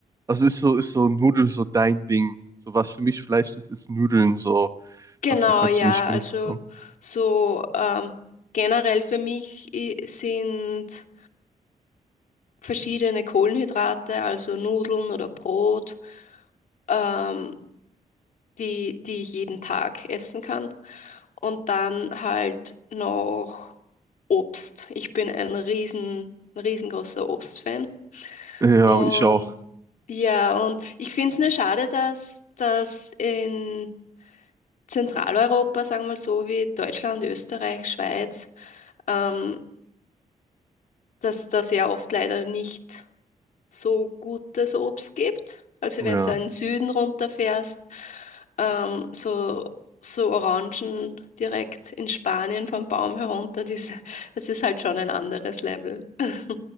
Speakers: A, on the right; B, on the left.
A: also ist so, ist so Nudel so dein Ding. So was für mich Fleisch ist, ist Nudeln so.
B: Genau,
A: Davon kannst
B: ja,
A: du nicht genug
B: also
A: bekommen.
B: so ähm, generell für mich i- sind verschiedene Kohlenhydrate, also Nudeln oder Brot, ähm, die, die ich jeden Tag essen kann. Und dann halt noch Obst. Ich bin ein riesen, riesengroßer Obstfan.
A: Ja,
B: Und
A: ich auch.
B: ja, und ich finde es nur schade, dass, dass in Zentraleuropa, sagen wir mal so, wie Deutschland, Österreich, Schweiz, ähm, dass da sehr oft leider nicht so gutes Obst gibt. Also
A: Ja,
B: wenn du da in den Süden runterfährst, ähm, so, so Orangen direkt in Spanien vom Baum herunter, das, das ist halt schon ein anderes Level. <laughs>